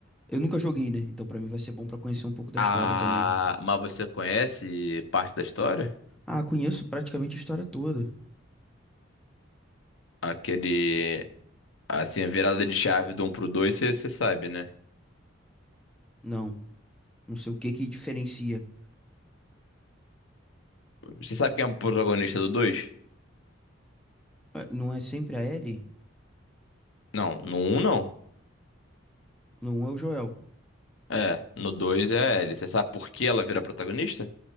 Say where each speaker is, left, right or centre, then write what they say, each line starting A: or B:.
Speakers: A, in the centre; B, on the left (about 70°).
A: Eu nunca joguei, né? Então pra mim vai ser bom pra conhecer um pouco da
B: Ah,
A: história também.
B: mas você conhece parte da história?
A: Ah, conheço praticamente a história toda.
B: Aquele, assim, a virada de chave do 1 pro 2 você sabe, né?
A: Não, não sei o que que diferencia.
B: Você sabe quem é o protagonista do dois
A: Ah, Não é sempre a Ellie,
B: Não, no um não.
A: não é o Joel,
B: É, no dois é a Ellie. Você sabe por que ela vira protagonista?